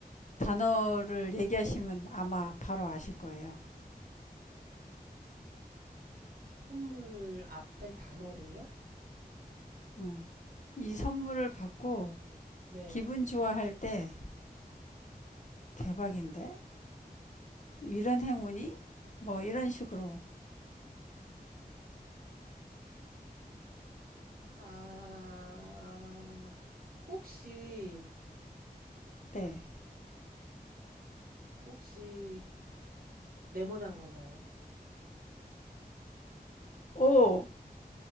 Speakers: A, on the left (about 50°); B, on the right (about 65°).
A: 단어를 얘기하시면 아마 바로 아실 거예요.
B: 선물 앞에 단어를요?
A: 음, 이 선물을 받고
B: 네.
A: 기분 좋아할 때 대박인데? 이런 행운이? 뭐 이런 식으로.
B: 아, 혹시,
A: 네.
B: 혹시 네모난 건가요?
A: 오!